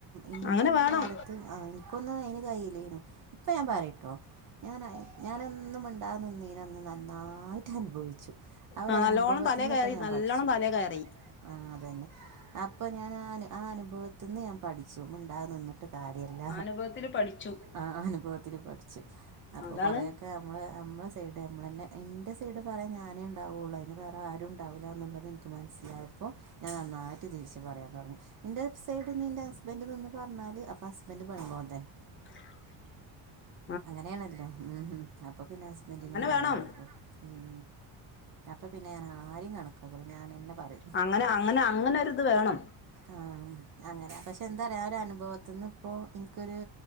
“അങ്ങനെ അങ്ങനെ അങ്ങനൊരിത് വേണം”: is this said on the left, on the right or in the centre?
Left